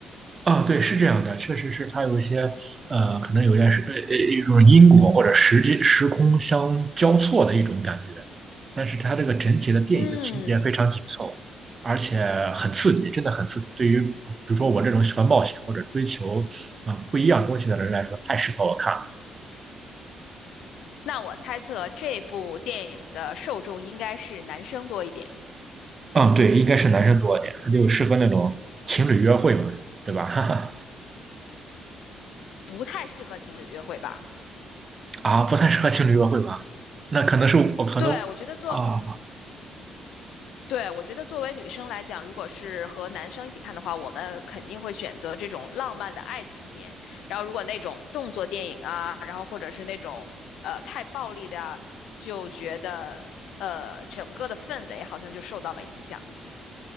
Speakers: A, on the right (about 35°); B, on the left (about 80°).
A: 啊，对，是这样的，确实是他有一些呃，可能有点是呃呃一种因果或者时间时空相交错的一种感觉，但是他这个整体的电影的情节非常紧凑，
B: 嗯，
A: 而且很刺激，真的很刺激。对于比如说我这种喜欢冒险或者追求啊、呃不一样东西的人来说，太适合我看了。
B: 那我猜测这部电影的受众应该是男生多一点，
A: 嗯，对，应该是男生多一点，他就适合那种情侣约会嘛，对吧？<laughs> 哈哈。
B: 不太适合情侣约会吧？
A: 啊，不太适合情侣约会吧？那可能是我可能
B: 对，我觉得作，
A: 啊
B: 对，我觉得作为女生来讲，如果是和男生一起看的话，我们肯定会选择这种浪漫的爱情片。然后，如果那种动作电影啊，然后或者是那种呃太暴力的啊，就觉得呃整个的氛围好像就受到了影响。